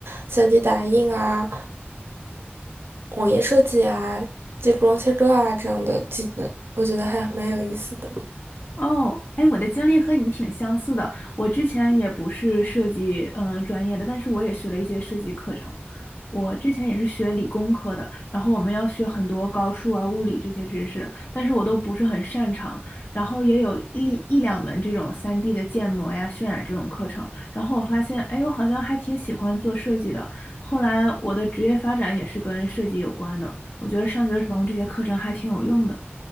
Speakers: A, on the right; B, on the left.
A: 3D 打印啊、网页设计啊、激光切割啊这样的技能，我觉得还蛮有意思的。
B: 哦，哎，我的经历和你挺相似的。我之前也不是设计嗯专业的，但是我也学了一些设计课程。我之前也是学理工科的，然后我们要学很多高数啊、物理这些知识，但是我都不是很擅长。然后也有一一两门这种三 d 的建模呀、渲染这种课程。然后我发现，哎，我好像还挺喜欢做设计的。后来我的职业发展也是跟设计有关的。我觉得上学的时候这些课程还挺有用的。